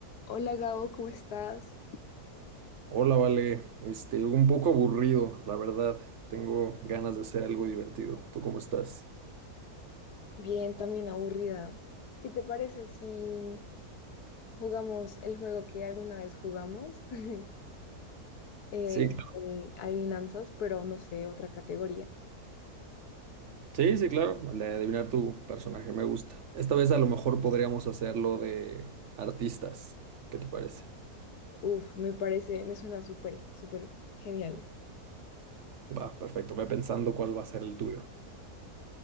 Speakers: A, on the left; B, on the right.
A: Hola Gabo, ¿cómo estás?
B: Hola, Vale. Este, un poco aburrido, la verdad. Tengo ganas de hacer algo divertido. ¿Tú cómo estás?
A: Bien, también aburrida. ¿Qué te parece si jugamos el juego que alguna vez jugamos? <laughs> Eh,
B: Sí, cl-
A: de adivinanzas, pero no sé, otra categoría.
B: sí, sí, claro. El de adivinar tu personaje me gusta. Esta vez a lo mejor podríamos hacerlo de artistas. ¿Qué te parece?
A: Uf, me parece, me suena súper, súper genial.
B: Va, perfecto. Ve pensando cuál va a ser el tuyo.